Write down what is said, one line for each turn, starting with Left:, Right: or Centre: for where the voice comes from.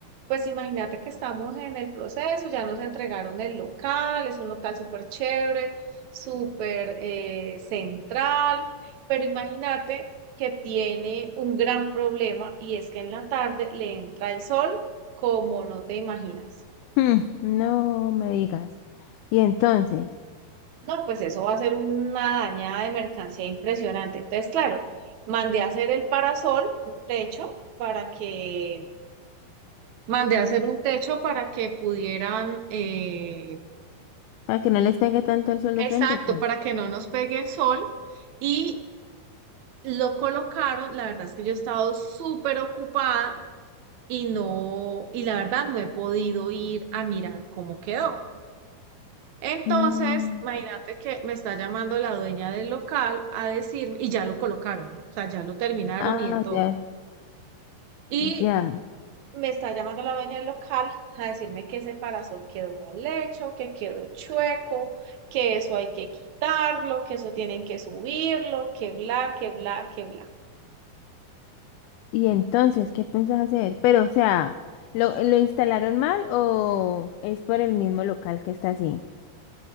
Right: Pues imagínate que estamos en el proceso, ya nos entregaron el local, es un local súper chévere, súper eh, central, pero imagínate que tiene un gran problema y es que en la tarde le entra el sol como no te imaginas.
Left: Hmm, no me digas. Y entonces,
Right: No, pues eso va a ser una dañada de mercancía impresionante. Entonces, claro, mandé a hacer el parasol, un techo, para que, mandé a hacer un techo para que pudieran... eh,
Left: para que no les pegue tanto el sol de
Right: Exacto,
Left: frente, ¿o qué?
Right: para que no nos pegue el sol. Y lo colocaron, la verdad es que yo he estado súper ocupada y no, y la verdad no he podido ir a mirar cómo quedó. Entonces,
Left: Mm,
Right: imagínate que me está llamando la dueña del local a decirme, y ya lo colocaron, ¿no? O sea, ya lo terminaron
Left: ah,
Right: y de todo.
Left: ya,
Right: Y
Left: ya.
Right: Me está llamando la dueña del local a decirme que ese parasol quedó mal hecho, que quedó chueco, que eso hay que quitarlo, que eso tienen que subirlo, que bla, que bla, que bla.
Left: ¿Y entonces qué piensas hacer? Pero, o sea, ¿lo, lo instalaron mal o es por el mismo local que está así?